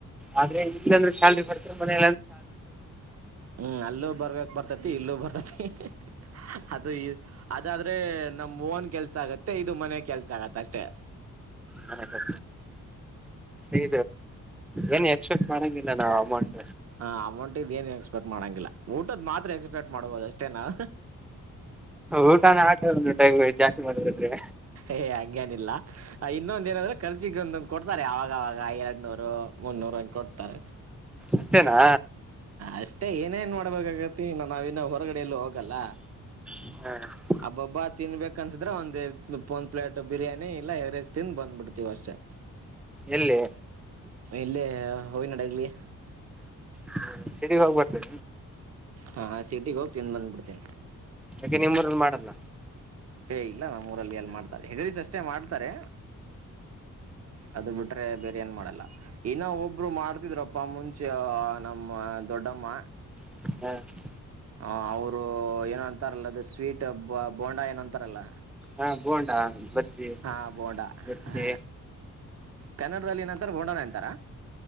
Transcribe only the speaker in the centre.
ಆದ್ರೆ ಇಲ್ಲಂದ್ರೆ ಶಾಲಲ್ರಿ ಬರ್ತ ಮನ್ರೆ
ಹ <inaudible> ಏನ್ ಎಕ್ಸ್ಪೆಕ್ಟ್ ಮಾಡಂಗಿಲ್ಲ ನಾವವು ಅಮೌಂಟ್
ಊಟನ ಆಟ ಟೈಮ್ ಜಾಸ್ತಿ ಮಾಡಿದ್ರೆ
ಅಷ್ಟೇನಾ
ಹ್ಮ
ಎಲ್ಲಿ
ಹ್ಮ ಚೆಡಿಗ್ ಹೋಗ್ಬರ್ತೇ
ಯಾಕೆ ನಿಮ್ಮೂರರು ಮಾಡಲ್ಲ
ಹ್ಮ್
ಹಾ ಬೋಂಡಾ ಬಜ್ಜಿ
ಮಿರ್ಚಿ